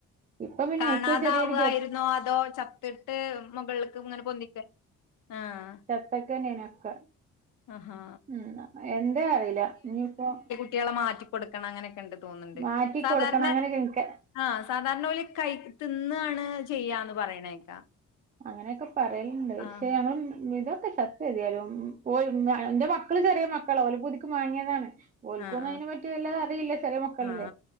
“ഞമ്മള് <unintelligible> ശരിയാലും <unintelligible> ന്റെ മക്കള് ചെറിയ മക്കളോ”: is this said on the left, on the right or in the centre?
Right